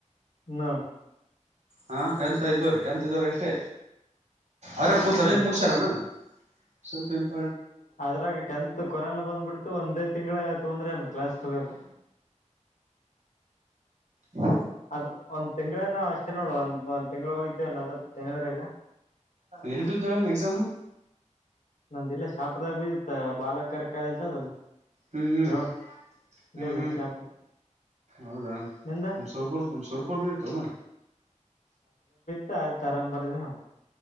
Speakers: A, on the left (about 80°); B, on the right (about 60°).
A: ನ
B: ಹಾಂ ಟೆಂತ್ ಇದ್ದವ ರೀ ಟೆಂತ್ ಇದ್ದವ್ರೀ ಅಷ್ಟೇ ಅರೆಲ್ ಸಕ್
A: ಹ್ಮ್
B: ಮುುಷ್ಯಾರಣ ಸ್ವಲ್ಪ ಎ
A: ಅದ್ರಾಗ ಟೆಂತ್ ಕೊರೋನಾ ಬಂದ್ಬಿಡ್ತು ಒಂದೇ ತಿಂಗಳ ತೊಂದ್ರೆನು ಕ್ಲಾಸ್ ತಗೋದು
B: ಹ್ಮ
A: ಅ ಒಂದ್ ತಿಂಗಳ ನಾವವು ಅಷ್ಟೇ ನೋಡುವ ಒಂದ ಒಂದ್ ತಿಂಗಗಳುಳ ಹೋಗಿದ್ದ್ವನ್ದ ಜನವರಿಗ
B: ಎಲ್ಲಿಬಿದ್ದಾಳ ಎಕ್ಸಾಮ್
A: ನಂದ ಇಲ್ಲ ಶಾಪದಾಗ ಬಿದ್ದಿತ್ತ ಬಾಲಕರ್ ಕಾಲೇಜ ಅದಲ್ಲ
B: ಹ್ಮ್ ಹ್ಮ್
A: ಗ್ರೌಂಡ್ ಇಲ್ಲೇ
B: ಹ್ಮ್
A: ಬಿದ್ದ
B: ಹ್ಮ್
A: ಶಾಪುರದಾಗ
B: ಹೌದಾ
A: ನಿಂದ
B: ಸುರ್ಪುರ್ ಸುರ್ಪುರ್ ಬಿತ್ತು ಮ್ರ
A: ತತರಾಮ ಬಾದ ನ